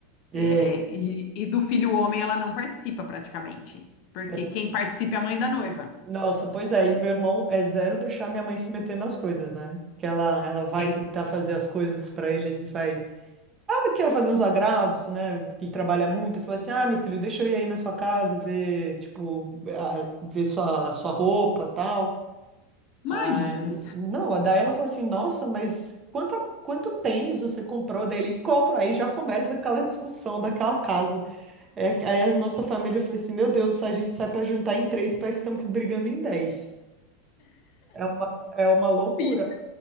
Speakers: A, on the right (about 20°); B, on the left (about 45°).
A: É.
B: É, e, e do filho homem, ela não participa praticamente. Porque
A: É.
B: quem participa é a mãe da noiva.
A: Nossa, pois é, e o meu irmão é zero deixar minha mãe se meter nas coisas, né? Que ela, ela vai
B: É,
A: tentar fazer as coisas pra ele, ele vai. ela quer fazer uns agrados, né? Porque Ele trabalha muito. Eu falo assim: ah, meu filho, deixa eu ir aí na sua casa ver, tipo, a- ver sua, sua roupa tal.
B: imagina,
A: Ai,
B: né?
A: não, daí ela falou assim, nossa, mas quanta, quanto tênis você comprou dele? Compro, aí já começa aquela discussão daquela casa. É, aí a nossa família falou assim, meu Deus, a gente sai pra jantar em três, parece que estamos brigando em dez. É uma, é uma loucura,
B: Vida.